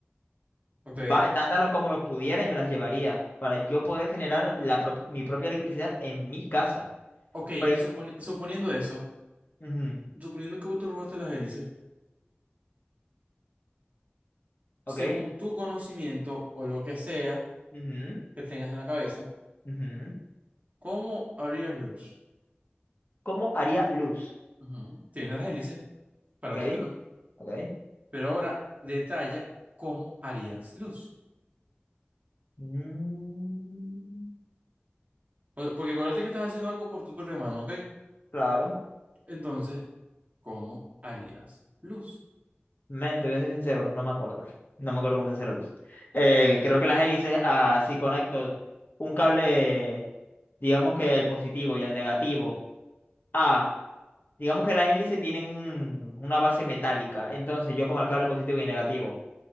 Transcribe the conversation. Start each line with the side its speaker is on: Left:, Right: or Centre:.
Right: Ok,
Left: va- tantas los como los pudiera y me las llevaría para yo poder generar la pro- mi propia electricidad en mi casa.
Right: ok,
Left: Porque-
Right: y supone- suponiendo eso,
Left: ujú,
Right: suponiendo que vos te robaste las hélices.
Left: ¿ok?
Right: según tu conocimiento o lo que sea
Left: ujú,
Right: que tengas en la cabeza,
Left: ujú.
Right: ¿cómo harías luz?
Left: ¿Cómo haría luz?
Right: Ujú. Tienes las hélices para
Left: ¿Ok?
Right: tu plan,
Left: ¿Ok?
Right: pero ahora detalla cómo harías luz.
Left: Mm,
Right: O- Porque acuérdate que estás haciendo algo por tu propia mano, ¿ok?
Left: claro.
Right: Entonces, ¿cómo harías luz?
Left: Men, te voy a ser sincero, no me acuerdo. No me acuerdo cómo se hace la luz. Eh, creo que las hélices, ah, si conecto un cable, digamos que el positivo y el negativo, ah, digamos que las hélices tienen un- una base metálica. Entonces yo pongo el cable positivo y negativo,